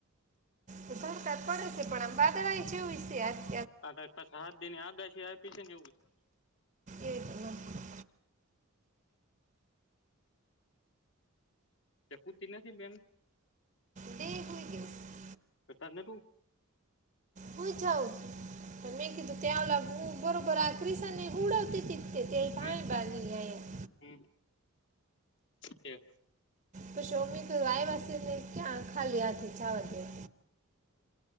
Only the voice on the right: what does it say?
તો વરસાદ પડે છે પણ આમ બાદળ એ જેવું છે યાર.
એ રીતે ન.
તે હોય ગ <unintelligible>
હુંઈ જાવ તે મે કીધું ત્યાં ઓલા બુ બરોબર આ ક્રિસાને હુડાવતી તી. તે તે ભાઈ
બંધ <inaudible>
પછોમી કરવાએ વાસીને ક્યા ખાલી હાથે ચાવ દે.